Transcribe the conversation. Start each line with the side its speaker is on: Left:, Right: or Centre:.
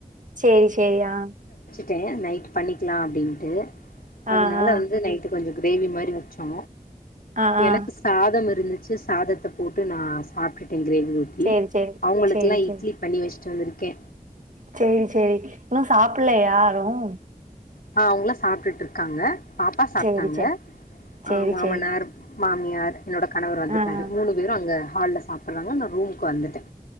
Right: சேரி சேரி ஆ
Left: ட்டே நைட் பண்ணிக்கலா அப்டின்ட்டு அதனால
Right: ஆ ஆ
Left: வந்து நைட்டு கொஞ்சம் கிரேவி மாரி வச்சோ
Right: ஆ ஆ
Left: எனக்கு சாதம் இருந்து ச்சி சாதத்த போட்டு நா சாப்டு டே கிரேவி ஊத்தி
Right: சேரி சேரி
Left: அவங்களுக்குல்லா
Right: சேரி சேரி
Left: இட்லி பண்ணி வச்சு ட்டு வந்துருக்கே
Right: சேரி சேரி இன்னு சாப்புட்ல யாரும்
Left: ஆ அவங்கல்லா சாப்ட்டுட்டு இருக்காங்க பாப்பா சாப்ட்டாங்க
Right: சேரி சேரி சேரி
Left: ஆ மாமனார்
Right: சேரி
Left: மாமியார் என்னோட கணவர் வந்துட்டாரு
Right: ஆ ஆ
Left: மூணு பேரும் அங்க ஹால்ல சாப்புட்றாங்க நா ரூமுக்கு வந்துட்டே